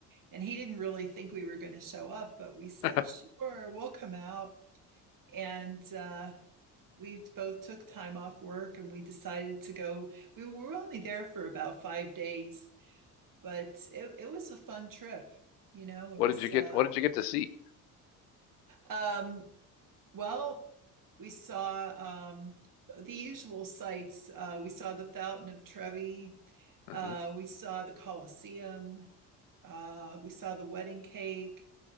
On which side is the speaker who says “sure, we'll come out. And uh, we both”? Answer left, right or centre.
Right